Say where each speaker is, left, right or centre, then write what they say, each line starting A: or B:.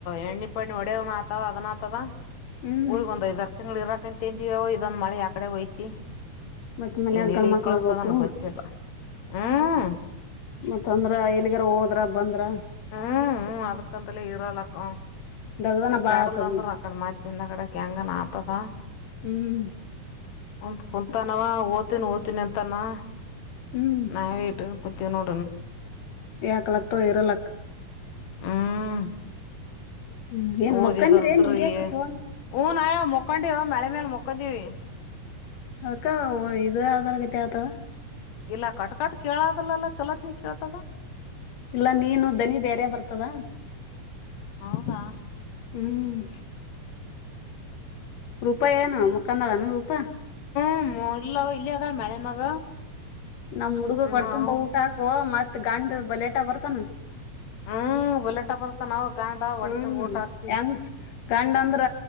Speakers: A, on the left; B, on the left.
A: ಎಣ್ಣೆ ಪಣ್ಣ ಒಡೆ <unintelligible> ಆ ಅದನ ಆತದ
B: ಹ್ಮ್
A: ಒಯ್ಗ ಒಂದ್ ಐದ್ರ ತಿಂಗಳು ಇರಾಕಂತಂದಿವಿ ಇದೊಂದ್ ಮಳೆ ಯವ್ಕಡೆ ಹೋಯ್ತಿ...
B: ಮತ್ ಮನ್ಯಾಗ
A: ಏನ್ ಎಲ್ಲಿ
B: ಗಂಡ ಮಕ್ಳ
A: ಕಳಸ್ತದನ್
B: ಇರ್ಬೇಕು
A: ಗೊತ್ತಿಲ್ಲ ಹ್ಮ್
B: ಮತ್ತ್ ಅಂದ್ರ ಎಲ್ಗಾರ ಹೋದ್ರ ಬಂದ್ರ?
A: ಹ್ಮ್ ಹು ಅದಕ್ಕಂತಲ ಇರೋಲಕ್ಕ
B: ದಗದನ ಬಾಳ
A: ಕೆಡಲ್
B: ಆತದ
A: ಅಂದ್ರ
B: ಮತ್
A: ಅಕಡೆ ತಿಂದ ಕಡೆಕೆ ಹೆಂಗಾನ ಆಯ್ತದ
B: ಹ್ಮ್
A: ಉಡ್ಡ್ ಕುಂತಾನವ ಹೋತೀನಿ ಹೋತೀನಿ ಅಂತಾನ.
B: ಹ್ಮ್
A: ನಾವ್ ಇಟ್ಟನ್ ಕುತ್ತೀವಿ <unintelligible>
B: ಯಾಕ್ ಲಕ್ತೋ ಎರಲ್ ಲಕ್ಕ
A: ಹ್ಮ್
B: ಹ್ಮ್ ಏನ್
A: ಓದರ್ದ್ರೀ
B: ಮಕ್ಕಂದ್ರ ಏನ್ ಹಿಂಗ್ಯಾಕ
A: ಎ
B: ಸೋಂಡ್
A: ಹೂನ್ಯ ಮಕೊಂಡಿವ ಮಳಿ ಮೇಲ್ ಮಕ್ಕೊಂಡಿವಿ.
B: ಅದಕ್ಕ ಹೊ ಇದು ಅದಾರಗತಿ ಆತವಾ.
A: ಇಲ್ಲ ಕಟ್ ಕಟ್ ಕೇಳದಲ್ಲಲ್ಲಾ ಚೊಲೋತ್ಗ್ ಕೇಳ್ತದ.
B: ಇಲ್ಲ ನೀನು ದನಿ ಬೇರೆ ಬರ್ತದ
A: ಹೌದಾ
B: ಹ್ಮ್. ರೂಪಾಯ ಏನು ಮುಖಾಂದಾಳೇನು ರೂಪಾ?
A: ಹ್ಮ <unintelligible> <unintelligible> ಇಲ್ಲಿ ಆದಳಾ ಮಾಳೆ ಮಗ.
B: ನಮ್ ಹುಡ್ಗಗ ಹೊಟ್ತುಂಬಾ
A: ನಾವು
B: ಊಟ ಹಾಕು ಮತ್ ಗಂಡ್ ಲೇಟಾಗಿ ಬರ್ತಾನ.
A: ಹ್ಮ್ ಬುಲೆಟ ಬರ್ತಾನ ನಾವ್ ಗಾಂಡ ಹೊಡಿತುಂಬ
B: ಹ್ಮ್
A: ಊಟ ಹಾಕ್ತಿವಿ
B: ಹೆಂಗ್ ಗಂಡ ಅಂದ್ರ